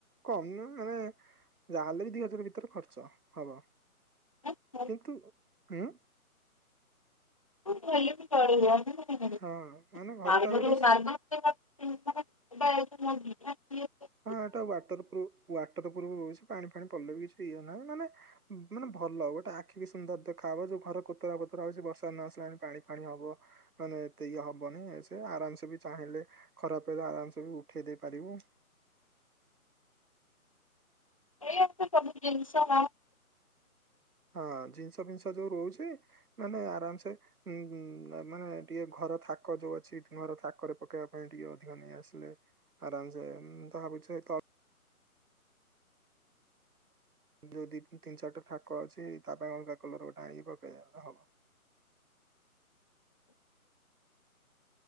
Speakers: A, on the right; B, on the left.
A: କମ ନୁହେଁ ମାନେ ଯାହାହେଲେ ବି ଦି ହଜାର ଭିତରେ ଖର୍ଚ୍ଚ ହବ
B: ନା
A: କିନ୍ତୁ ହୁଁ
B: ହେଲେ ବି ଚଳିବ <unintelligible>
A: ହଁ ମାନେ ଘରଟା ଗୋଟେ ସୁ-
B: ମାର୍ବଲ <unintelligible>
A: ହଁ ଏଇଟା ୱାଟର ପ୍ରୁଫ ୱାଟର ପ୍ରୁଫ୍ ରହୁଛି ପାଣି ଫାଣି ପଡ଼ିଲେ ବି କିଛି ଇଏ ନାହିଁ ମାନେ ମାନେ ଭଲ ଗୋଟେ ଆଖିକି ସୁନ୍ଦର ଦେଖା ହବ ଯୋଉ ଘର କୋତରା ପୋତରା ହଉଛି ବର୍ଷା ନ ଆସିଲାଣି ପାଣି ଫାଣି ହବ। ମାନେ ଏତେ ଇଏ ହବନି ସେ ଆରାମସେ ବି ଚାହିଁଲେ ଖରାପ ହେଲେ ଆରାମସେ ବି ଉଠେଇ ଦେଇ ପାରିବ।
B: ଏଇଆ ତ ସବୁ ଜିନିଷ ଯାହା
A: ହଁ ଜିନିଷ ଫିନିଷ ଯୋଉ ରହୁଛି ମାନେ ଆରାମ ସେ ହୁଁ ମାନେ ଟିକେ ଘର ଥାକ ଯୋଉ ଅଛି ଘର ଥାକରେ ପକେଇବା ପାଇଁ ଟିକେ ଅଧିକ ନେଇ ଆସିଲେ ଆରାମ ସେ ମୁଁ ତ ଭାବୁଛି ଏଇ ଥ ଯୋଉ ଦି ତିନି ଚାରିଟା ଥାକ ଅଛି ତା ପାଇଁ ଅଲଗା କଲର ଗୋଟେ ଆଣିକି ପକେଇ ଦେଲେ ହବ।